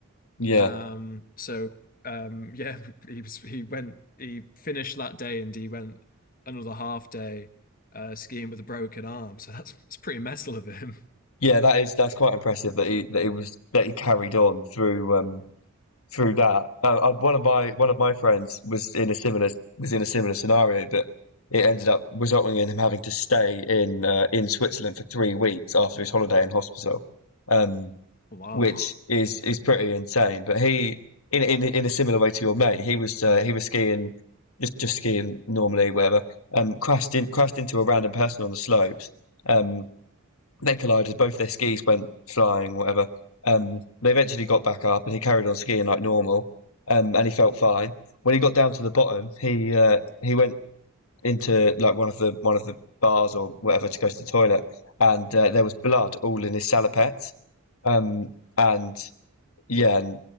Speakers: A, on the left; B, on the left.
A: Yeah,
B: Um, so um, <laughs> yeah, he was he went he finished that day and he went another half day uh, skiing with a broken arm. So that's it's pretty metal of him. <laughs>
A: yeah, that is that's quite impressive that he that he was that he carried on through um through that. Uh, uh, one of my one of my friends was in a similar was in a similar scenario, but it ended up resulting in him having to stay in uh, in Switzerland for three weeks after his holiday in hospital, um,
B: Wow.
A: which is is pretty insane. But he in in in a similar way to your mate, he was uh, he was skiing just just skiing normally, whatever. Um, crashed in crashed into a random person on the slopes. Um, they collided. Both their skis went flying, whatever. Um, they eventually got back up, and he carried on skiing like normal, um, and he felt fine. When he got down to the bottom, he uh, he went into like one of the one of the bars or whatever to go to the toilet, and uh, there was blood all in his salopettes. Um, and yeah,